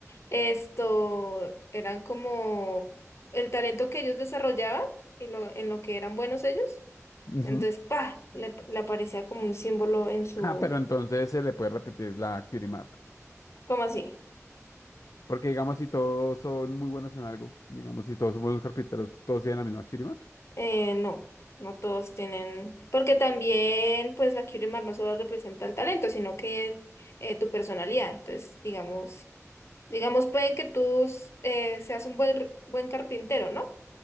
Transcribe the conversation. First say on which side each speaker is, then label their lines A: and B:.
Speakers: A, on the left (about 55°); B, on the left (about 80°).
A: esto eran como el talento que ellos desarrollaban y lo, en lo que eran buenos ellos.
B: ujú.
A: Entonces, pa, le, le aparecía como un símbolo en su,
B: Ah, pero entonces se le puede repetir la Curie Mark.
A: ¿cómo así?
B: Porque digamos si todos son muy buenos en algo, digamos si todos son buenos carpinteros, todos tienen la misma Curie Mark.
A: Eh, no, no todos tienen, porque también pues la Curie Mar no solo representa el talento, sino que eh, tu personalidad. Entonces, digamos. Digamos, pueden que tú eh, seas un buen, buen carpintero, ¿no?